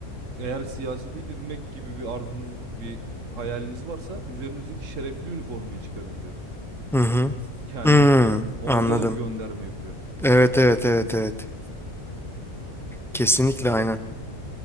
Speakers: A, on the right; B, in the centre.
A: Eğer siyasete girmek gibi bir arzunuz, bir hayaliniz varsa üzerinizdeki şerefli üniformayı çıkarın diyor.
B: Hı hı.
A: Yani
B: Hmm,
A: orada
B: anladım.
A: da bir gönderme yapıyor.
B: Evet evet evet evet. Kesinlikle aynen.